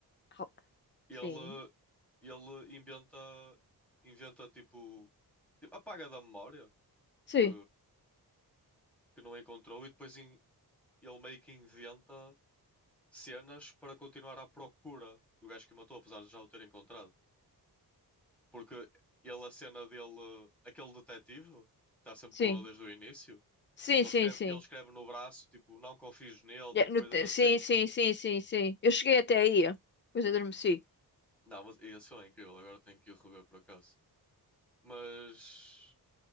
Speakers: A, on the left; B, in the centre.
A: Ho-
B: ele,
A: sim
B: ele inventa, inventa tipo, tipo, apaga da memória
A: sim,
B: que, que não encontrou e depois in- ele meio que inventa cenas para continuar à procura do gajo que o matou, apesar de já o ter encontrado. Porque ele, a cena dele, aquele detetive, que está sempre
A: sim,
B: com ele desde o início,
A: sim,
B: ele
A: sim,
B: escreve,
A: sim.
B: ele escreve no braço, tipo, não confies nele,
A: É,
B: tipo,
A: no
B: coisas
A: te-
B: assim.
A: Sim, sim, sim, sim, sim. Eu cheguei até aí, depois adormeci.
B: Não, mas esse filme é incrível, agora tenho que ir rever por acaso. Mas.